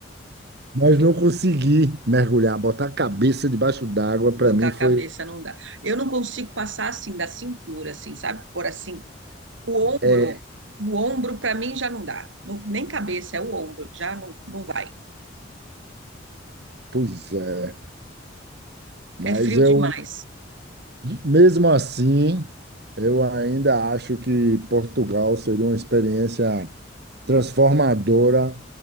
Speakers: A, on the right (about 60°); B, on the right (about 80°).
A: <laughs> mas não consegui mergulhar, botar a cabeça debaixo d'água,
B: Botar
A: para mim
B: a
A: foi.
B: cabeça não dá. Eu não consigo passar assim da cintura, assim, sabe? Por assim, o ombro,
A: É,
B: o ombro para mim já não dá. Não- nem cabeça, é o ombro, já não, não vai.
A: pois é. Mas
B: É frio
A: eu,
B: demais.
A: mesmo assim, eu ainda acho que Portugal seria uma experiência transformadora,